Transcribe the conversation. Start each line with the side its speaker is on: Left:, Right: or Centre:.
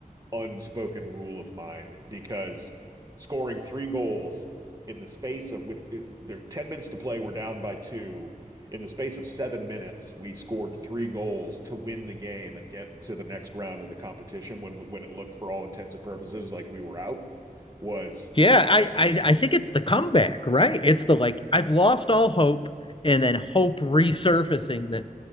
Right: unspoken rule of mine because scoring three goals in the space of with it- there 10 minutes to play, we're down by two. In the space of seven minutes, we scored three goals to win the game and get to the next round of the competition when we, when it looked for all intents and purposes like we were out was
Left: Yeah, I, I I think it's the comeback, right? It's the like I've lost all hope and then hope resurfacing that